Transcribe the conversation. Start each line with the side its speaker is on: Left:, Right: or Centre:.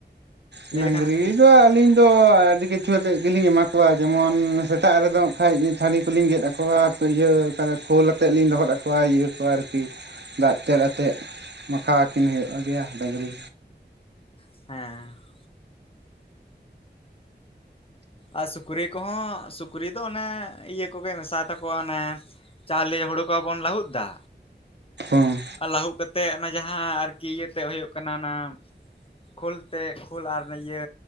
Left: ᱞᱟᱹᱭ
Right: ᱰᱟᱹᱝᱨᱤ
Left: ᱞᱮᱠᱷᱟᱱ ᱠᱟᱹᱴᱤᱡ
Right: ᱫᱚ ᱟᱹᱞᱤᱧ ᱫᱚ ᱟᱹᱰᱤ ᱠᱤᱪᱷᱩ ᱟᱛᱮᱫ ᱜᱮᱞᱤᱧ ᱮᱢᱟ ᱠᱚᱣᱟ ᱡᱮᱢᱚᱱ ᱥᱮᱛᱟᱜ ᱨᱮᱫᱚ ᱦᱟᱸᱜ ᱠᱷᱟᱡ ᱪᱷᱟᱹᱱᱤ ᱠᱚᱞᱤᱧ ᱜᱮᱫ ᱟᱠᱚᱣᱟ᱾ ᱤᱭᱟᱹ ᱠᱟᱫᱟ ᱠᱷᱳᱞ ᱟᱛᱮᱫ ᱞᱤᱧ ᱞᱚᱦᱚᱫ ᱟᱠᱚᱣᱟ ᱤᱭᱟᱹ ᱠᱚᱣᱟ ᱟᱨᱠᱤ ᱫᱟᱜ ᱛᱮᱫ ᱟᱛᱮᱫ᱾ ᱢᱟᱠᱷᱟᱣ ᱟᱹᱠᱤᱱ ᱦᱩᱭᱩᱜ ᱜᱮᱭᱟ ᱰᱟᱹᱟᱝᱨᱤ᱾
Left: ᱦᱮᱸ ᱾ ᱟᱨ ᱥᱩᱠᱨᱤ ᱠᱚᱦᱚᱸ ᱥᱩᱠᱨᱤ ᱫᱚ ᱚᱱᱮ ᱤᱭᱟᱹ ᱠᱚᱜᱮ ᱢᱮᱥᱟ ᱟᱛᱟᱠᱚᱣᱟ ᱚᱱᱮ ᱪᱟᱣᱞᱮ ᱦᱳᱲᱳ ᱠᱚ ᱵᱟᱵᱚᱱ ᱞᱟᱹᱟᱦᱩᱫ ᱫᱟ
Right: ᱦᱩᱸ ᱾
Left: ᱟᱨ ᱞᱟᱹᱦᱩᱜ ᱠᱟᱛᱮ ᱚᱱᱟ ᱡᱟᱦᱟᱸ ᱟᱨᱠᱤ ᱤᱭᱟᱹᱛᱮ ᱦᱩᱭᱩᱜ ᱠᱟᱱᱟ ᱚᱱᱟ ᱠᱷᱞ ᱛᱮ ᱠᱷᱞ ᱟᱨ ᱚᱱᱮ ᱤᱭᱟᱹ